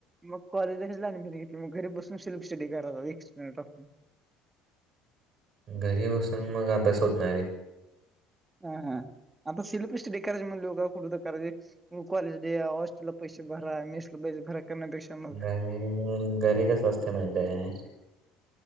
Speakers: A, on the right; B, on the right.
A: मग कॉलेजलाच लहानपणी घेतली मग घरी बसून सिलेप स्टडी करा एकक् मिनिट आपण
B: घरी बसून मग अभ्यास होत नाही रे
A: हा हा आता शिल्पीस डे करायज म्हण ल का कुठं तर करायजे. मग कॉलेज हॉस्टेल ला पैसे भरा मीस ला पैसे भरा करण्यापेक्षा मग
B: घरी घरी कस असते म्हे आहे